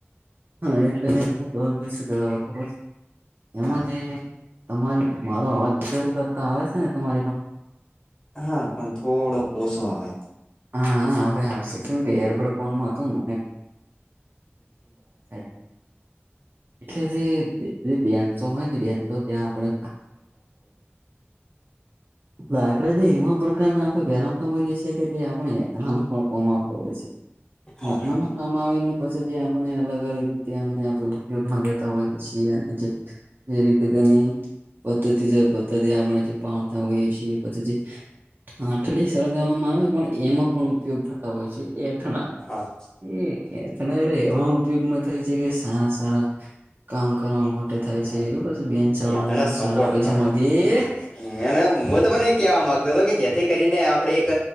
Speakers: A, on the right; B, on the left.
A: હા એટલે <unintelligible> ધવરભાઈ શું કહેતા તા ખબરસ? એમાં
B: હા
A: જે તમારી મારો અવાજ <unintelligible> કરતા આવે છે ને તમારી <unintelligible>
B: હા પણ થોડોક ઓસો આવે.
A: હા, હા હવે આવશે. શું કેઈ એરબર્ડ ફોનમાં હતોન <unintelligible> <unintelligible> એટલે જે બે બેન્ચો હોય ને બેન્ચો ત્યાં આપણે <unintelligible> આપણે જે એવા પ્રકારના આપે વહેરાવતા હોઈએ છીએ કે જે આપણે
B: હા હા
A: <unintelligible> કામ આવેને પછી જે આપણે અલગ-અલગ રીતે એમને આપણે ઉપયોગમાં લેતા હોઈએ છીએ. અને જે જે રીતે તેની પદ્ધતિ જોઈ પદ્ધતિ આપણે જે <unintelligible> <unintelligible> હોઈએ છીએ, પછી જે ઠાઠડી સળગાવવામાં આવે પણ એમાં પણ ઉપયોગ થતા હોય છે. એઠણાં
B: હા
A: એ એથણાઈ રહે <unintelligible> ઉપયોગ ન થઈ શકે સારા-સારા કામ કરવામાં. <unintelligible> થાય
B: હા
A: છે, એવું
B: યાતણા
A: પાછું
B: સપોર્ટ કરે અને હું તમને એ
A: <unintelligible>
B: <unintelligible> જેથી કરીને આપડે એક